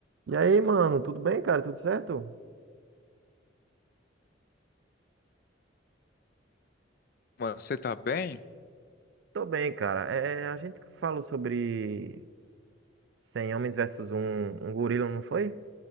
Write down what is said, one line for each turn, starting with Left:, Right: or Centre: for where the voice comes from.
Right: E aí, mano, tudo bem, cara? Tudo certo?
Left: você tá bem?
Right: Tô bem, cara. É, é, a gente falou sobre 100 homens versus um, um gorila, não foi?